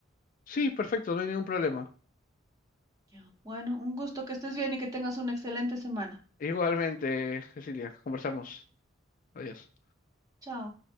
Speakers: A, on the left (about 45°); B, on the right (about 20°).
A: sí, perfecto, no hay ningún problema.
B: Ya. Bueno, un gusto que estés bien y que tengas una excelente semana.
A: Igualmente, Cecilia, conversamos. Adiós.
B: Chao.